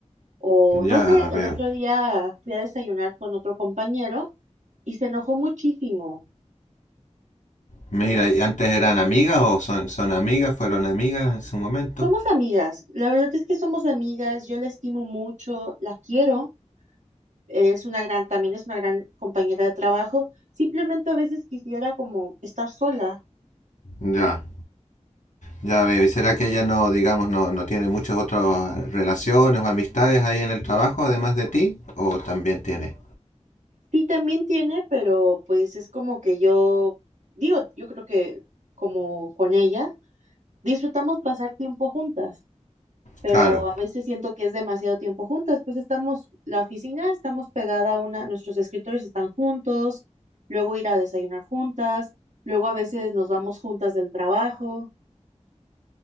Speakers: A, on the right; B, on the left.
A: O no
B: Ya
A: sé,
B: veo.
A: el otro día fui a desayunar con otro compañero y se enojó muchísimo.
B: Mira, ¿y antes eran amigas o son, son amigas, fueron amigas en su momento?
A: Somos amigas, la verdad es que somos amigas, yo la estimo mucho, la quiero, es una gran, también es una gran compañera de trabajo, simplemente a veces quisiera como estar sola.
B: Ya, ya veo. ¿Y será que ella no, digamos, no, no tiene muchas otras relaciones o amistades ahí en el trabajo, además de ti? ¿O también tiene?
A: Sí, también tiene, pero pues es como que yo, digo, yo creo que como con ella, disfrutamos pasar tiempo juntas. pero
B: Claro.
A: a veces siento que es demasiado tiempo juntas, pues estamos, la oficina, estamos pegada a una, nuestros escritorios están juntos, luego ir a desayunar juntas, luego a veces nos vamos juntas del trabajo